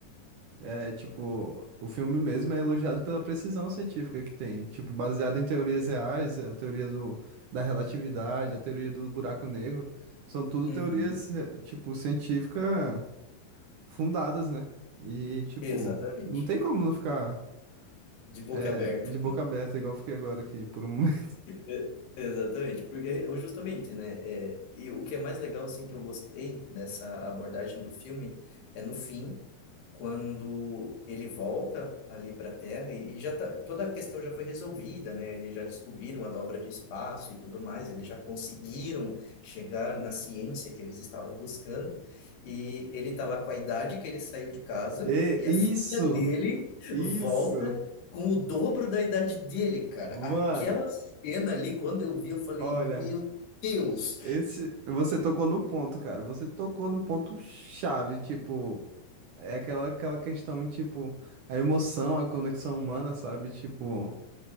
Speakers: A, on the right; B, on the left.
A: É tipo, o filme mesmo é elogiado pela precisão científica que tem, tipo, baseado em teorias reais, a teoria do, da relatividade, a teoria do buraco negro, são tudo
B: uhum,
A: teorias, eh, tipo, científicas fundadas, né? E, tipo,
B: exatamente.
A: não tem como não ficar
B: De boca
A: eh,
B: aberta.
A: de boca aberta, igual eu fiquei agora aqui por um momento. <laughs>
B: É, Exatamente, porque justamente, né, é, e o que é mais legal, assim, que eu gostei dessa abordagem do filme é no fim, quando ele volta ali para a Terra e e já tá, toda a questão já foi resolvida, né, eles já descobriram a dobra de espaço e tudo mais, eles já conseguiram chegar na ciência que eles estavam buscando e ele tá lá com a idade que ele saiu de casa
A: E
B: e a
A: isso,
B: filha dele
A: isso,
B: volta com o dobro da idade dele, cara.
A: mano,
B: Aquela cena ali, quando eu vi, eu falei,
A: olha.
B: meu Deus!
A: Esse, você tocou no ponto, cara. Você tocou no ponto chave, tipo, é aquela aquela questão, tipo, a emoção, a conexão humana, sabe? Tipo,